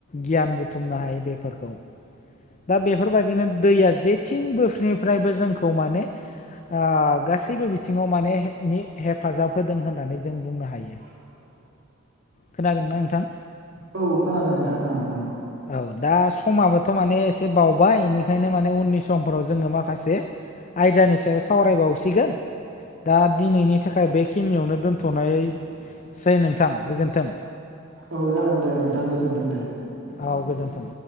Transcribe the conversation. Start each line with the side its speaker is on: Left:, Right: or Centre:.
Left: गियान बुथुमनो हायो बेफोरखौ, दा बेफोरबायदिनो दैया जेथिं बोसनिफ्रायबो जोंखौ माने आ गासैबो बिथिङाव माने नि हेफाजाब होदों होननानै जों बुंनो हायो।
Right: औ
Left: खोनादोंना नोंथां?
Right: औ खोनादों नोंथां ओं ओं
Left: औ दा समाबोथ' माने एसे बावबाय बेनिखायनो माने उननि समफोराव जोङो माखासे, आयदानि सायाव सावरायबावसिगोन, दा दिनैनि थाखाय बेखिनियावनो दोनथ'नाय, सै नोंथां गोजोन्थों।
Right: औ जागोन दे नोंथां गोजोनथों दे।
Left: औ गोजोन्थों।